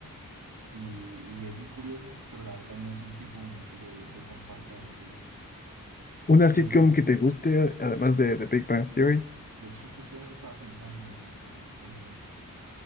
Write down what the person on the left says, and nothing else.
Una
sitcom que te guste, además de The Big Bang Theory.